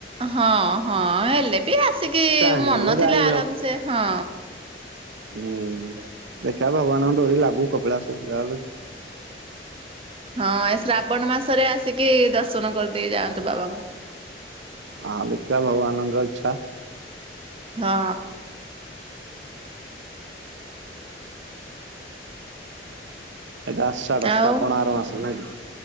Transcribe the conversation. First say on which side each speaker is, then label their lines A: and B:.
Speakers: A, on the right (about 30°); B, on the right (about 80°).
A: ହଁ ହଁ ହେଲେ ବି ଆସିକି
B: ଚାହିଁଲେ
A: ମନଥିଲେ
B: ଯାଇ
A: ଆରାମସେ ହଁ।
B: ହୁଁ ଦେଖିବା ଭଗବାନଙ୍କ ଡୋରି ଲାଗୁ କପିଳାଶ ଯିବା ହେଲେ।
A: ହଁ ଏ ଶ୍ରାବଣ ମାସରେ ଆସିକି ଦର୍ଶନ କରିଦେଇ ଯାଆନ୍ତୁ ବାବାଙ୍କୁ।
B: ହଁ ଦେଖିବା ଭଗବାନଙ୍କ ଇଚ୍ଛା।
A: ହଁ।
B: ଏଟା ଆଷାଢ଼
A: ଆଉ
B: ଶ୍ରାବଣ ଆର ମାସ ନାଁ କି?